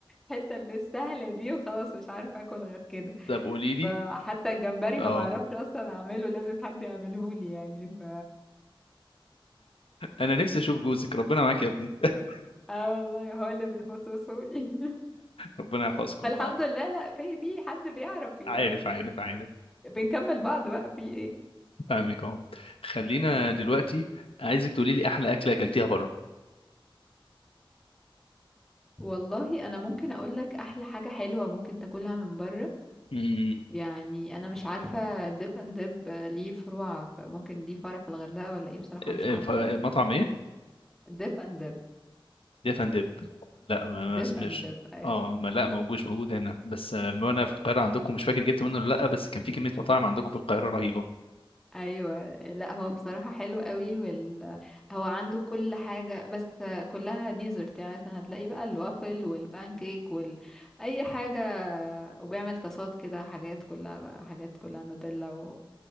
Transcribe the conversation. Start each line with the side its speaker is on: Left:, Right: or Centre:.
Centre: الحته اللي السهله دي وخلاص مش عارفه اكل غير كده
Left: طب قولي لي
Centre: فحتى الجمبري
Left: اه
Centre: ما بعرفش اصلا اعمله لازم حد يعمله لي يعني ف
Left: انا نفسي اشوف جوزك ربنا معاك يا ابني <laughs>
Centre: اه والله هو اللي بيفصصه لي <laughs>
Left: ربنا يحفظكم
Centre: فالحمد
Left: لبعض
Centre: لله لا في في حد بيعرف ي...
Left: عارف عارف عارف
Centre: بنكمل بعض بقى في ايه
Left: فاهمك اهو خلينا
Centre: آه، بالظبط
Left: دلوقتي عايزك تقولي لي احلى اكله اكلتيها
Centre: والله انا ممكن اقول لك احلى حاجه حلوه ممكن تاكلها من بره
Left: بره
Centre: يعني انا مش عارفه ديب اند ديب ليه فروع فممكن ليه فرع في الغردقه ولا ايه بصراحه
Left: آه،
Centre: مش عارفه
Left: ف- آه، مطعم ايه
Centre: ديب اند ديب
Left: ديف اند ديب لا ما ما
Centre: ديب
Left: اسمش
Centre: اند ديب ايوه
Left: اه ما لا موجودش موجود هنا بس آه، وانا في القاهره عندكم مش فاكر جبت منه ولا لا بس كان في كميه مطاعم عندكم في القاهره رهيبه
Centre: ايوه لا هو بصراحه حلو قوي وال... هو عنده كل حاجه بس كلها ديزرت يعني مثلا هتلاقي بقى الوافل والبانكيك وال اي حاجه وبيعمل طاسات كده حاجات كلها بقى حاجات كلها نوتيلا و...